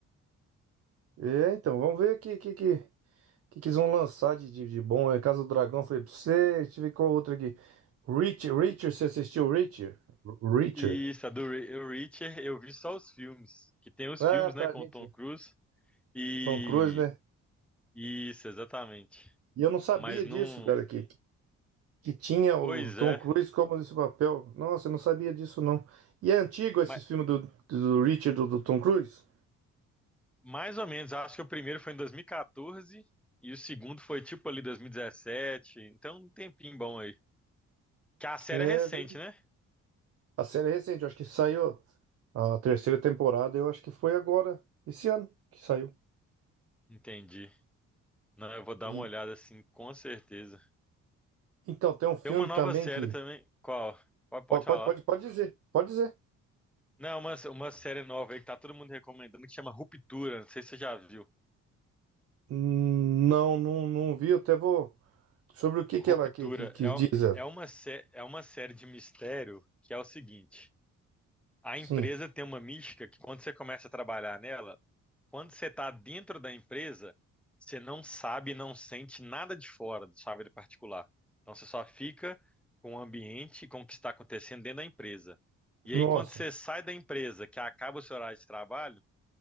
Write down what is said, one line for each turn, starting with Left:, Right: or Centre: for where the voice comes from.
Right: É, então, vamos ver aqui, que, que, que, que eles vão lançar de, de, de bom? É Casa do Dragão, falei pra você. Deixa eu ver qual outra aqui. Reacher, Reacher, você assistiu Reacher? Reacher.
Centre: E isso, a do Ri- o Richard, eu vi só os filmes. Que tem os
Right: Ah,
Centre: filmes,
Right: tá,
Centre: né, com
Right: gente.
Centre: o Tom Cruise. E.
Right: Tom Cruise, né?
Centre: Isso, exatamente.
Right: E eu não sabia
Centre: Mas não.
Right: disso, cara, que, que tinha o
Centre: Pois
Right: Tom
Centre: é.
Right: Cruise como esse papel. Nossa, eu não sabia disso, não. E é antigo esse
Centre: Ma-
Right: filme do, do Richard do, do Tom Cruise?
Centre: Mais ou menos. Acho que o primeiro foi em 2014. E quatorze. E o segundo foi tipo ali 2017. Então, um tempinho bom aí. Que a série
Right: É,
Centre: é recente,
Right: ver-
Centre: né?
Right: a série é recente, eu acho que saiu a terceira temporada, eu acho que foi agora, esse ano que saiu.
Centre: Entendi. Não, eu vou dar
Right: E-
Centre: uma olhada assim, com certeza.
Right: então, tem um filme
Centre: Tem uma nova
Right: também
Centre: série
Right: que...
Centre: também. Qual? Pode,
Right: Pode,
Centre: pode falar.
Right: pode, pode pode dizer, pode dizer.
Centre: Não, uma, uma série nova aí que tá todo mundo recomendando que chama Ruptura. Não sei se você já viu.
Right: Hum, Não, não, não vi. Eu até vou. Sobre o que
Centre: Ruptura
Right: que ela que, que, que
Centre: é, o-
Right: diz ela?
Centre: é, uma, sé- é uma série de mistério que é o seguinte: a
Right: Sim.
Centre: empresa tem uma mística que quando você começa a trabalhar nela, Quando você está dentro da empresa, você não sabe, não sente nada de fora do sua vida particular. Então você só fica com o ambiente, e com o que está acontecendo dentro da empresa. E
Right: Nossa.
Centre: aí, quando você sai da empresa, que acaba o seu horário de trabalho,